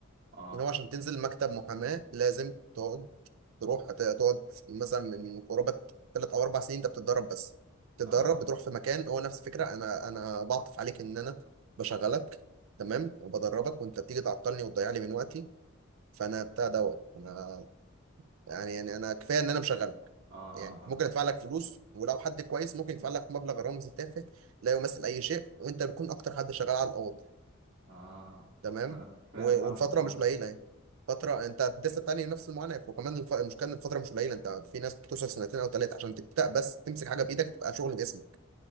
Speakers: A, on the right; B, on the right.
A: اه
B: ان هو عشان تنزل مكتب محاماه لازم تقعد تروح هت- هتقعد مثلا من قرابة ثلاث أو أربع سنين أنت بتتدرب بس تتدرب
A: اه
B: بتروح في مكان هو نفس الفكرة أنا أنا بعطف عليك إن أنا بشغلك تمام وبدربك وأنت بتيجي تعطلني وتضيع لي من وقتي فأنا بتاع دوت أنا يعني يعني أنا كفاية إن أنا مشغلك
A: اه
B: يعني
A: اه فاهم
B: ممكن أدفع لك فلوس ولو حد كويس ممكن يدفع لك مبلغ رمزي تافه لا يمثل أي شيء وأنت بتكون أكتر حد شغال على الأوض
A: اه
B: تمام
A: انا ف- فا-
B: و-
A: فاهمك
B: والفتره
A: فاهم
B: مش قليله يعني فتره انت لسه بتعاني من نفس المعاناه وكمان الف... المشكله ان الفتره مش قليله انت في ناس بتوصل سنتين او ثلاثه عشان تبدا بس تمسك حاجه بايدك تبقى شغل باسمك